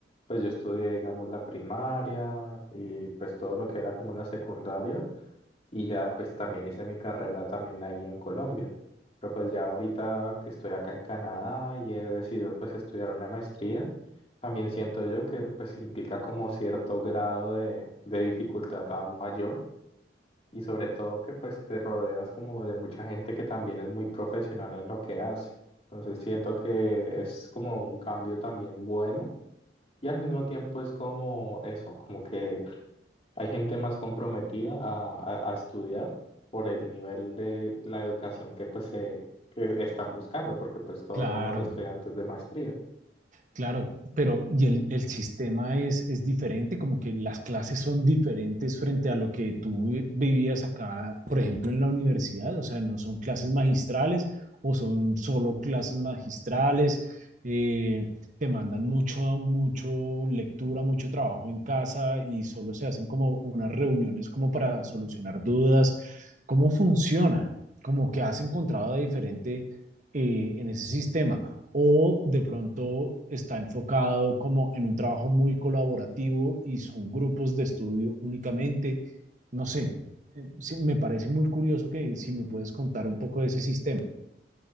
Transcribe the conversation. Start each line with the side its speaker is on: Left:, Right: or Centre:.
Left: pues yo estudié digamos la primaria y pues todo lo que era como la secundaria. y ya pues también hice mi carrera también ahí en Colombia. Pero pues ya ahorita que estoy acá en Canadá y he decidido pues estudiar una maestría, también siento yo que pues implica como cierto grado de, de dificultad aún mayor y sobre todo que pues te rodeas como de mucha gente que también es muy profesional en lo que hace. Entonces siento que es como un cambio también bueno y al mismo tiempo es como eso, como que hay gente más comprometida a, a- a estudiar por el nivel de la educación que pues se que están buscando, porque pues todos
Right: Claro.
Left: somos estudiantes de maestría.
Right: Claro, pero y el, el sistema es, es diferente, como que las clases son diferentes frente a lo que tú vi- vivías acá, por ejemplo, en la universidad, o sea, no son clases magistrales o son solo clases magistrales, eh, te mandan mucho, mucho lectura, mucho trabajo en casa y solo se hacen como unas reuniones como para solucionar dudas. ¿Cómo funciona? Como que has encontrado de diferente eh, en ese sistema o de pronto está enfocado como en un trabajo muy colaborativo y son grupos de estudio únicamente. No sé, eh, sí, me parece muy curioso que si me puedes contar un poco de ese sistema.